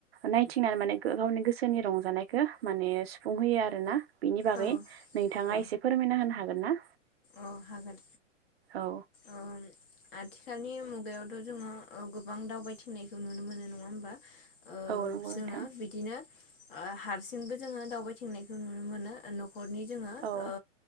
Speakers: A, on the right; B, on the left.
A: नायथिंनानै माने गावनि गोसोनि रंजानायखौ माने सुफुंहोयो आरो ना बिनि बागै
B: औ
A: नोंथाङा
B: औ
A: एसे फोरमायना होनो हागोन ना
B: औ हागोन
A: औ
B: ओ आथिखालनि मुगायावथ' जोङो ओ गोबां दावबायथिंनायखौ नुनो मोनो नङा होमबा ओ
A: औ नंगौ
B: जोङो
A: नोंथां
B: बिदिनो ओ हारसिंबो जोङो दावबायथिंनायखौ नुनो मोनो न'खरनि जोङो
A: औ
B: ओ